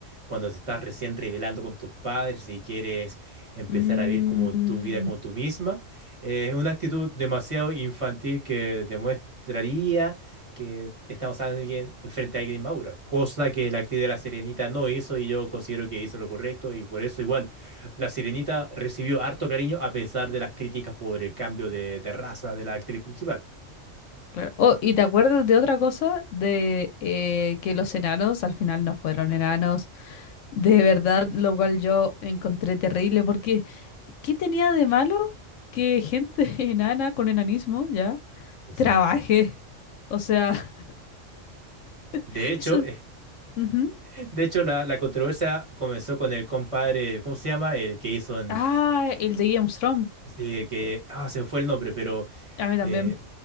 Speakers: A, on the right (about 25°); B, on the left (about 75°).
A: cuando te estás recién revelando con tus padres y quieres empezar
B: Mm,
A: a vivir como tu vida como tú misma. Eh, es una actitud demasiado infantil que demostraría que estamos alguien, frente a alguien inmadura, cosa que la actriz de La Sirenita no hizo y yo considero que hizo lo correcto y por eso igual La Sirenita recibió harto cariño a pesar de las críticas por el cambio de, de raza de la actriz principal.
B: claro. Oh, ¿y te acuerdas de otra cosa? De eh, que los enanos al final no fueron enanos. De verdad, lo cual yo encontré terrible porque ¿qué tenía de malo que gente <laughs> enana con enanismo ya
A: Exacto.
B: trabaje? O sea, <laughs>
A: De hecho,
B: eso... ujú.
A: <laughs> de hecho la, la controversia comenzó con el compadre, ¿cómo se llama? El que hizo en,
B: Ah, el de Game of Thrones.
A: sí, el que, ah, se me fue el nombre, pero
B: A mí también.
A: eh,